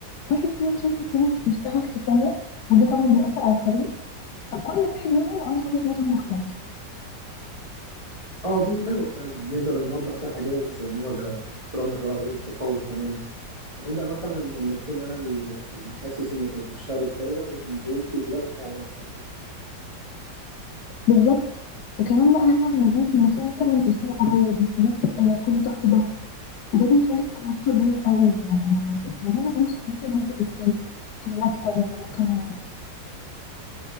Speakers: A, on the left; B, on the right.
A: واحد فيهم شايف التاني مش بيشتغل كفايه وده طبعا بيأثر على الفريق فكل واحد منهم عنده وجهه نظر مختلفه
B: اه دي حلوة فعلا نقدر نوضح فيها حاجات زي المواجهة واحترام الرأي والتفاوض كمان نبدأ مثلا إن أكون أنا اللي حاسس إنك مش بتشتغلي كفاية وإن- وإنتي تدافعي عن نفسك
A: بالظبط وكمان بقى العالم نظيف ان في مثلا تسليم قريب والفريق آه كله تحت ضغط فده بيخلي التوتر باين قوي يعني عايزين المشهد مثلا يبدأ ازاي في المكتب ولا مكالمة